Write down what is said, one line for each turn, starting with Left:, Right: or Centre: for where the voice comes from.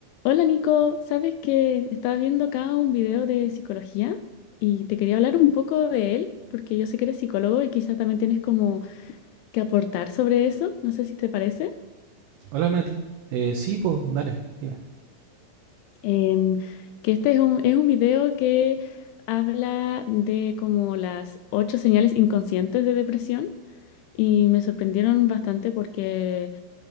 Left: Hola Nico, sabes que estaba viendo acá un video de psicología y te quería hablar un poco de él, porque yo sé que eres psicólogo y quizás también tienes como que aportar sobre eso, no sé si te parece.
Right: Hola Nati. Eh, sí, pues, dale, dime.
Left: Em, que este es un, es un video que habla de como las ocho señales inconscientes de depresión y me sorprendieron bastante porque,